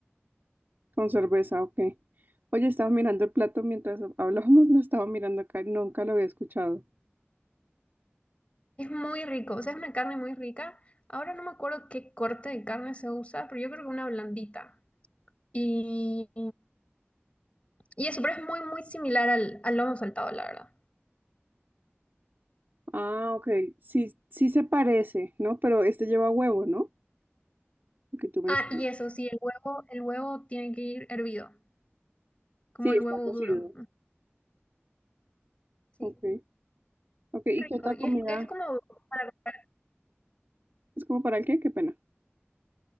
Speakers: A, on the right; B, on the left.
A: Con cerveza, ok. Oye, estaba mirando el plato mientras hablábamos, lo estaba mirando acá, nunca lo había escuchado.
B: Es muy rico, o sea, es una carne muy rica. Ahora no me acuerdo qué corte de carne se usa, pero yo creo que una blandita. Y, y eso, pero es muy, muy similar al, al lomo saltado, la verdad.
A: Ah, ok. Sí, sí se parece, ¿no? Pero este lleva huevo, ¿no? Lo que tú mencionas.
B: Ah, y eso, sí, el huevo, el huevo tiene que ir hervido, como
A: Sí,
B: el
A: está
B: huevo
A: cocido.
B: duro. ¿no? Sí.
A: Ok, ok. ¿Y
B: rico.
A: qué otra
B: Y
A: comida?
B: es, es como para compartir,
A: ¿Es como para el qué? Qué pena.